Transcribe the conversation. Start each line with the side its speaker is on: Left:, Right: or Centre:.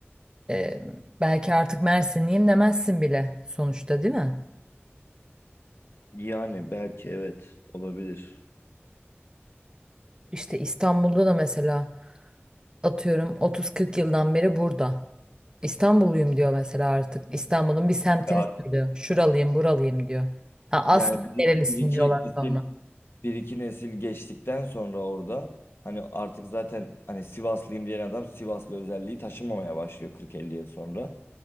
Right: e, belki artık Mersinliyim demezsin bile sonuçta değil mi?
Left: Yani belki evet olabilir.
Right: İşte İstanbul'da da mesela atıyorum 30-40 yıldan beri burada. İstanbulluyum diyor mesela artık. İstanbul'un bir semtini
Left: Ve artık
Right: söylüyor. Şuralıyım, buralıyım diyor. Ha aslında
Left: yani bir,
Right: nerelisin
Left: bir iki
Right: diyorlar
Left: nesil
Right: sonra.
Left: bir iki nesil geçtikten sonra orada hani artık zaten hani Sivaslıyım diyen adam Sivaslı özelliği taşınmamaya başlıyor 40-50 yıl sonra.